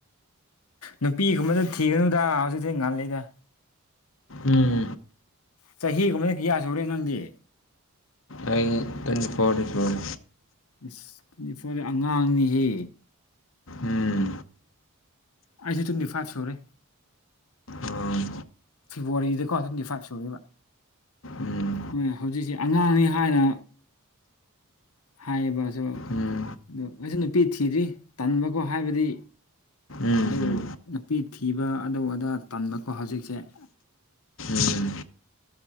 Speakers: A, on the left; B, on the left.
A: ꯅꯨꯄꯤꯒꯨꯝꯕꯗꯤ ꯊꯤꯒꯅꯨꯗ ꯍꯧꯖꯤꯛꯇꯤ ꯉꯜꯂꯤꯗ
B: ꯎꯝ
A: ꯆꯍꯤꯒꯨꯝꯕꯗꯤ ꯀꯌꯥ ꯁꯨꯔꯦ ꯅꯪꯗꯤ
B: ꯑꯩ ꯇꯨꯋꯦꯟꯇꯤ ꯐꯣꯔ ꯁꯨꯔꯦ
A: ꯏꯁ ꯇ꯭ꯋꯦꯟꯇꯤ ꯑꯉꯥꯡꯅꯤꯍꯦ
B: ꯎꯝ
A: ꯑꯩꯁꯨ ꯇꯨꯡꯇꯤ ꯐꯥꯏꯚ ꯁꯨꯔꯦ
B: ꯑꫭ
A: ꯐꯦꯕꯋꯥꯔꯤꯗꯀꯣ ꯇ꯭ꯋꯦꯟꯇꯤꯐꯥꯏꯚ ꯁꯨꯔ°ꯕ
B: ꯎꯝ
A: ꯑꯨꯝ ꯍꯧꯖꯤꯛꯁꯤ ꯑꯉꯥꯡꯅꯤ ꯍꯥꯏꯅ ꯍꯥꯏꯕꯁꯨ
B: ꯎꯝ
A: ꯑꯗꯣ ꯑꯩꯁꯨ ꯅꯨꯄꯤ ꯊꯤꯗ꯭ꯔꯤ ꯇꯟꯕꯀꯣ ꯍꯥꯏꯕꯗꯤ
B: ꯎꯝ
A: ꯑꯗꯨ
B: ꯎꯝ
A: ꯅꯨꯄꯤ ꯊꯤꯕ ꯑꯗꯨ ꯑꯗꯥ ꯇꯟꯕꯀꯣ ꯍꯧꯖꯤꯛꯁꯦ <inaudible>
B: ꯎꯝ